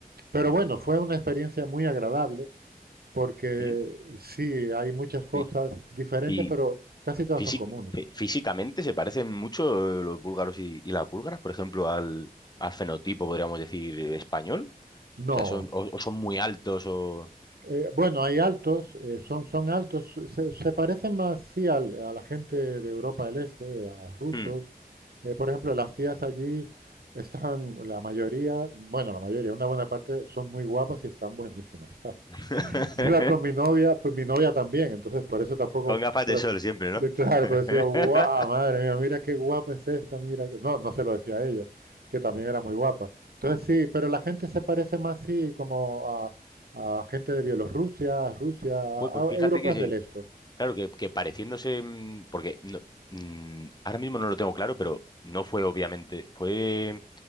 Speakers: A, on the right; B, on the left.
A: Pero
B: Onda.
A: bueno, fue una experiencia muy agradable porque
B: Mm.
A: sí, hay muchas cosas
B: Y,
A: diferentes,
B: y
A: pero casi todas
B: físi-
A: son comunes.
B: fí- físicamente se parecen mucho eh, los búlgaros y, y las búlgaras, por ejemplo, al, al fenotipo, podríamos decir, eh, español.
A: No.
B: O sea, son, o o son muy altos o...
A: Eh, bueno, hay altos, eh, son, son altos, se, se parecen más sí, al- a la gente de Europa del Este, a rusos.
B: Hmm.
A: Eh, por ejemplo, las tías allí están, la mayoría, bueno, la mayoría, una buena parte, son muy guapas y están buenísimas. <laughs>
B: <laughs>
A: Yo iba con mi novia, pues mi novia también, entonces por eso tampoco,
B: Con gafas
A: pero
B: de sol siempre, ¿no?
A: eh, claro,
B: <laughs>
A: pues decía, guau, madre mía, mira qué guapa es esta, mira, que-". no, no se lo decía a ella, que también era muy guapa. Entonces sí, pero la gente se parece más, sí, como a, a gente de Bielorrusia, Rusia, a,
B: Joder, pues fíjate
A: a europeos
B: que, se-
A: del este.
B: claro, que, que pareciéndose, mm, porque no- mm, ahora mismo no lo tengo claro, pero no fue obviamente, fue,